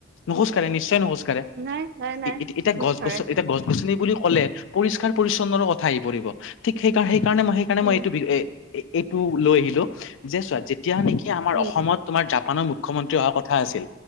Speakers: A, on the left; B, on the right.
A: নোখোজ কাঢ়ে নিশ্চয় নোখোজকাঢ়ে
B: নাই, নাই, নাই
A: এতি এতিয়া
B: নোখোজ
A: গছ
B: কাঢ়ে।
A: -গছ এতিয়া গছ গছ-গছনি, বুলি ক'লে পৰিস্কাৰ পৰিচ্ছন্নৰ কথা আহি পৰিব ঠিক সেইকাৰ সেইকাৰণে মই কাৰণে মই
B: উম,
A: এইটো এ এইটো লৈ আহিলো। যে চোৱা যেতিয়া নেকি আমাৰ
B: উম,
A: অসমত তোমাৰ জাপানৰ, মুখ্যমন্ত্ৰী অহা কথা আছিল।